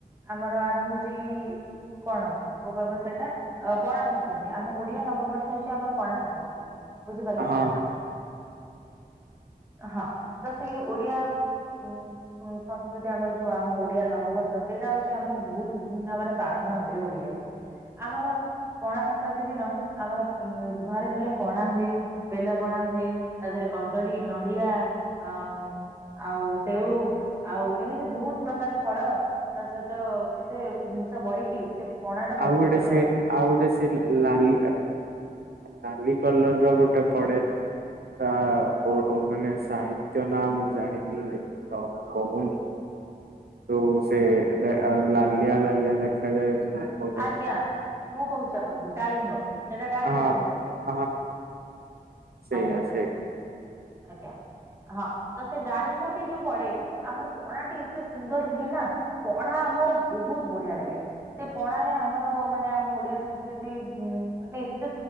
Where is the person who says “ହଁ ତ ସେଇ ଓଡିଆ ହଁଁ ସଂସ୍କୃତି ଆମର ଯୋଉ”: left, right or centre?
Right